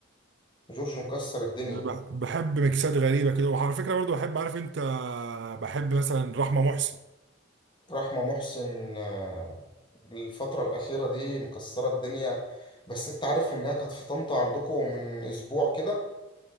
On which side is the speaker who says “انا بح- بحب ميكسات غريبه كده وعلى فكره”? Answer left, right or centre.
Right